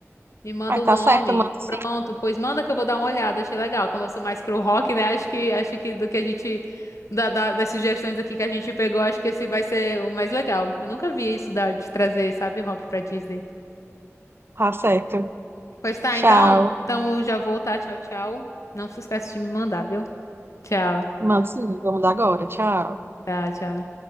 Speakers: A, on the left; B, on the right.
A: Me manda
B: Aí
A: o
B: tá
A: nome.
B: certo, manda sim.
A: Pronto, pois manda que eu vou dar uma olhada. Achei legal. Como eu sou mais pro rock, né? Acho que acho que do que a gente da- da- das sugestões aqui que a gente pegou, acho que esse vai ser o mais legal. Eu nunca vi isso da, de trazer, sabe, rock pra Disney.
B: Tá certo.
A: Pois tá,
B: Tchau.
A: então, então eu já vou, tá? Tchau, tchau. Não se esquece de me mandar, viu? Tchau.
B: Manda sim, vamos dar agora. Tchau.
A: Tá, tchau.